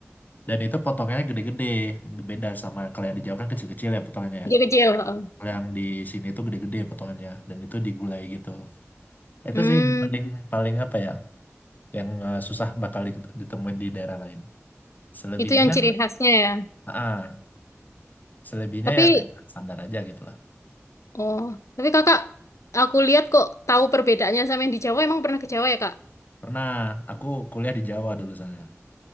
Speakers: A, on the left; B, on the left.
A: Dan itu potongnya gede-gede, beda sama kalau yang di Jawa kan kecil-kecil ya potongnya.
B: Kecil-kecil. Ah, ah.
A: Kalau yang di sini tuh gede-gede potongannya dan itu digulai gitu. Itu
B: Hmm,
A: sih yang paling paling apa ya? Yang eh, susah bakal di- ditemuin di daerah lain. Selebihnya,
B: itu yang ciri khasnya ya.
A: ah, selebihnya
B: Tapi,
A: ya kayak standar aja gitu lah.
B: oh, tapi kakak, aku lihat kok tahu perbedaannya sama yang di Jawa. Emang pernah ke Jawa ya, Kak?
A: Pernah aku kuliah di Jawa dulu soalnya.